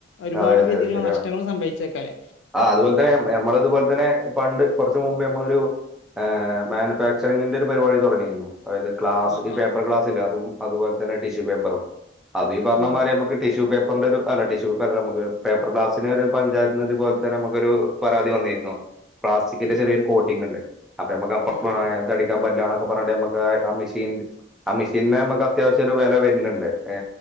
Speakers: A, on the left (about 70°); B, in the centre.
A: ഒരുപാട്
B: അതെ അതെ
A: രീതീല്ള്ള
B: ശരിയാണ്.
A: നഷ്ടങ്ങളും സംഭവിച്ചേക്കാലേ
B: ആ അതുപോൽ തന്നെ മ്മ ഞമ്മള് ഇതുപോലെ തന്നെ പണ്ട് കൊർച്ച് മുമ്പ് ഞമ്മളൊരു ഏ മാനുഫാക്ചറിങ്ങിന്റെ ഒരു പരിപാടി തൊടന്നീന്നു അതായത് ക്ലാസ്
A: ആഹ്
B: ഈ
A: ആഹ്
B: പേപ്പർ ഗ്ലാസ് ഇല്ലെ അതും അതുപോൽ തന്നെ ടിഷ് ഷു പേപ്പറും അത് ഈ പരണ
A: ആഹ്.
B: മാരി നമ്മക്ക് ടിഷ്യു പേപ് കൊണ്ടൊരു അല്ല ടിഷ്യൂ <unintelligible> നമ്മക്ക് പേപ്പർ ഗ്ലാസിന് ഒരു പഞ്ചായത്ത്ന്ന് ത്പോൽ തന്നെ നമുക്കൊരു പരാതി വന്നിര്ന്നു പ്ലാസ്റ്റിക്കിന്റെ
A: ഉം
B: ചെറിയൊരു കോട്ടിങ്ങ്ണ്ട് അപ്പൊ ഞമ്മക്ക് അപ്പപ്
A: ഉം
B: പ ഏ തടി കാൻ പറ്റ്ലാ ന്ന് പർണ് ട്ട് നമ്മക്കാ ആ മെഷീണ്ട് ആ മെഷീന്ന് നമ്മക്ക് അത്യാവശ്യൊരു വെല വര്ണ് ണ്ട് ഏ